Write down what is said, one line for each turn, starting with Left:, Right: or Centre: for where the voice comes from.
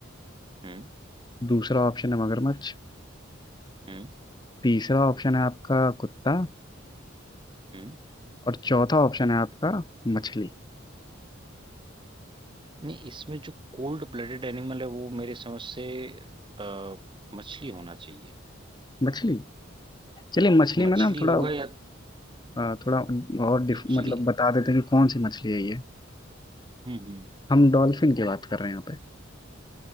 Right: हम्म
Left: दूसरा ऑप्शन है मगरमच्छ
Right: हम्म
Left: तीसरा ऑप्शन है आपका कुत्ता
Right: हम्म
Left: और चौथा ऑप्शन है आपका मछली
Right: नहीं इसमें जो कोल्ड ब्लडेड एनिमल है वो मेरे समझ से अ, मछली होना चाहिए
Left: मछली चलिए मछली
Right: मछली
Left: में ना हम थोड़ा
Right: होगा या
Left: अ, थोड़ा और डिफ
Right: एक्चुअली
Left: मतलब बता देते हैं कि कौन सी मछली है ये
Right: हम्म हम्म
Left: हम डॉल्फिन की बात कर रहे हैं यहाँ पे